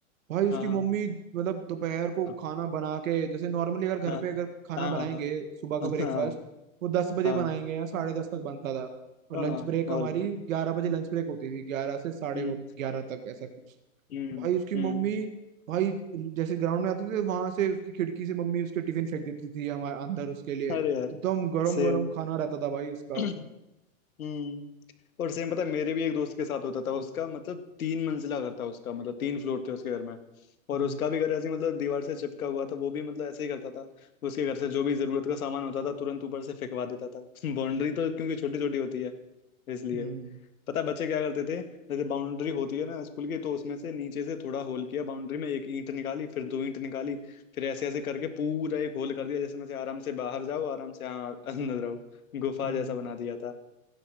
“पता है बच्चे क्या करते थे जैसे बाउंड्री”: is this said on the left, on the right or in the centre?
Left